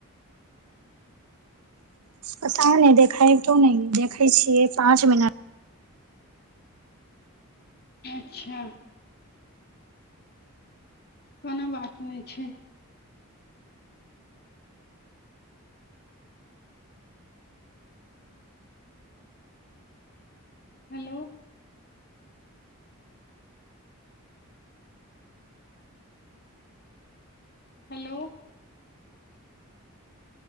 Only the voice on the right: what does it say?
पता नै देखैतो नै, देखै छियै पाँच मिनट।